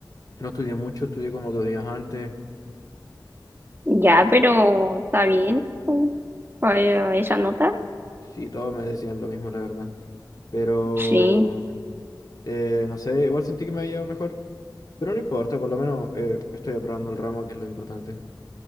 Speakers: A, on the left; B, on the right.
A: no estudié mucho, estudié como dos días antes.
B: Ya, pero está bien pues, para esa nota.
A: Sí, todos me decían lo mismo, la verdad. Pero...
B: Sí,
A: Eh, no sé, igual sentí que me había ido mejor, pero no importa, por lo menos eh, estoy aprobando el ramo, que es lo importante.